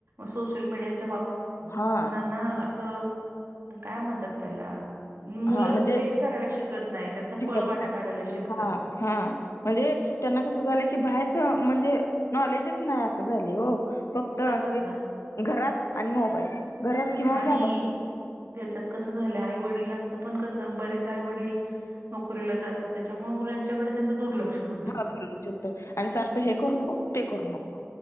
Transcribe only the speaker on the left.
हा
हा म्हणजे
शिकत
नाही
हा हा म्हणजे त्यांना कसं झालं की, बाहेर म्हणजे नॉलेजच नाही असं झाले. हो फक्त
घरात आणि मोबाईल घरात किंवा
मोबाईल
हा आणि सारखं हे करू नको ते करू नको,